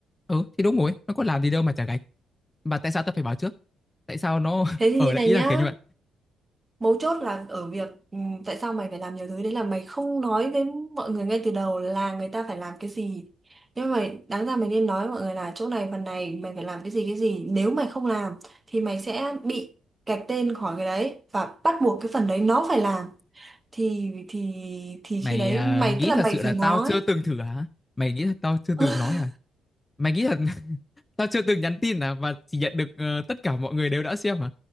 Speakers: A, on the left; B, on the right.
A: Ừ thì đúng rồi, nó có làm gì đâu mà chả gạch. Mà tại sao tao phải báo trước? Tại sao nó
B: thế
A: <laughs>
B: thì
A: ở
B: như này
A: đấy ý
B: nhá
A: là kiểu như vậy.
B: Mấu chốt là ở việc ừm, tại sao mày phải làm nhiều thứ đấy là mày không nói với mọi người ngay từ đầu là người ta phải làm cái gì. Nhưng mà đáng ra mày nên nói với mọi người là chỗ này phần này mày phải làm cái gì cái gì. Nếu mày không làm thì mày sẽ bị gạch tên khỏi cái đấy và bắt buộc cái phần đấy nó phải làm. Thì thì thì
A: Mày
B: khi đấy
A: à,
B: mày
A: nghĩ
B: tức là
A: thật
B: mày
A: sự là
B: phải
A: tao
B: nói.
A: chưa từng thử hả? Mày nghĩ thật tao chưa
B: <laughs>
A: từng nói hả? Mày nghĩ thật <laughs> tao chưa từng nhắn tin hả? Và chỉ nhận được ờ, tất cả mọi người đều đã xem hả?